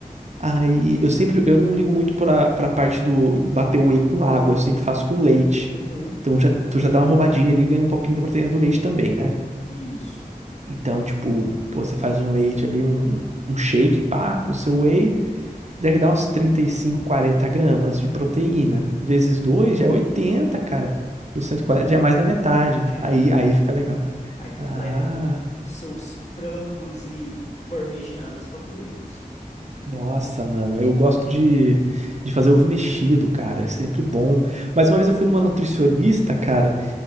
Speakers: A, on the right; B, on the left.
A: Aí eu sempre, eu não ligo muito pra, pra parte do bater o whey com água, eu sempre faço com leite.
B: Uhum.
A: Então já, tu já dá uma roubadinha ali e ganha um pouquinho da proteína do leite também, né?
B: Isso.
A: Então, tipo, pô, você faz um leite ali, um, um um shake, pá, com seu whey, Deve dar uns 35, 40 gramas de proteína. Vezes 2 já é 80, cara. Dos 140 já é mais da metade.
B: Já é
A: Aí,
B: mais da metade.
A: aí fica legal.
B: Aí completa
A: Ah,
B: com seus frangos e parmegianas favoritos.
A: nossa, mano. Eu gosto de, de fazer ovo mexido, cara. É sempre bom. Mas uma vez eu fui numa nutricionista, cara,